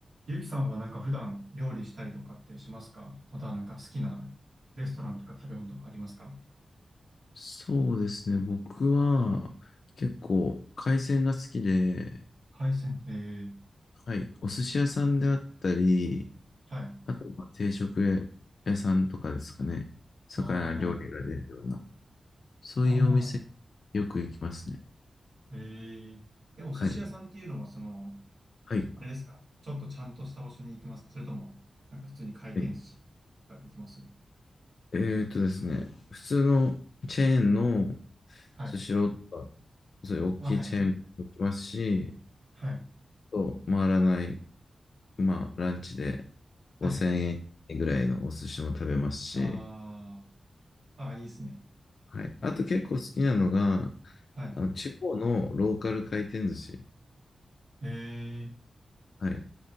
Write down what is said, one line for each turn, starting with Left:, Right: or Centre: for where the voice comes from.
Right: ゆうきさんはなんか普段料理したりとかってしますかまたはなんか好きなレストランとか食べ物とかありますか
Left: そうですね。僕は結構海鮮が好きで、
Right: 海鮮。へえ。
Left: はい。お寿司屋さんであったり、
Right: はい。
Left: あとまあ定食屋さんとかですかね。魚料理が出るような、
Right: あ
Left: そういうお店よく行きますね。
Right: あ、ああ、なるほど。へえ。え、お寿司屋さんっていうのはその、
Left: はい。はい。
Right: あれですかちょっとちゃんとした場所に行きますかそれとも、なんか普通に回転寿司とかで行きます
Left: はい。えーとですね。普通のチェーンの
Right: はい。
Left: スシローとか、そういう大きいチェーンも行きますし、
Right: あ、はい。はい。
Left: と回らない、まあランチで
Right: はいはいはい。
Left: 5000円ぐらいのお寿司も食べますし、
Right: ああ、ああ、いいですね。
Left: はい。あと結構好きなのが、
Right: はい。
Left: あの、地方のローカル回転寿司。
Right: へえ。
Left: はい。